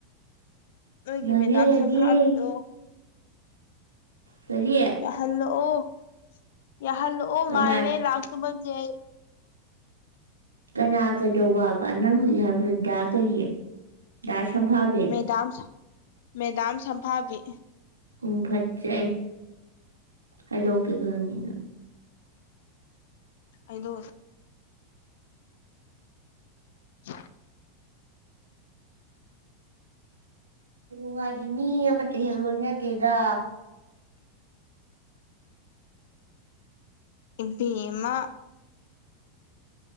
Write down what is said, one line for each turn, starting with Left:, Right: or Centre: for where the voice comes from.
Left: ꯅꯣꯏꯒꯤ
Right: ꯉꯥꯡꯅꯔꯒꯦ
Left: ꯃꯦꯗꯥꯝ ꯁꯝꯐꯥꯕꯤꯗꯣ
Right: ꯀꯔꯤ
Left: ꯌꯥꯍꯜ ꯑꯣ ꯌꯥꯍꯜ ꯑꯣ
Right: ꯀꯅꯥ
Left: ꯉꯥꯏꯔ ꯂꯥꯛ ꯃ ꯌꯥꯏ
Right: ꯀꯅꯥ ꯀꯩꯗꯧꯕꯕ ꯅꯪ ꯍꯧꯖꯤꯛ ꯍꯥꯏꯔꯕ꯭ꯔꯗ ꯀꯔꯤꯌꯦ ꯗ ꯁꯚꯕꯤꯦ
Left: ꯃꯦꯗꯥꯝ ꯃꯦꯗꯥꯝ ꯁꯝꯚꯥꯕꯤ
Right: ꯎꯝ ꯐꯠꯦ ꯍꯥꯏꯗꯣꯀꯦ ꯀꯍꯅꯤꯅꯤ
Left: ꯑꯗꯣ <inaudible>
Right: ꯅꯨꯡꯉꯥꯏꯈꯤ ꯃꯤ ꯑꯃꯠꯇ ꯍꯦꯛ ꯂꯣꯏꯅꯗꯦꯗ
Left: ꯏꯕꯤꯃ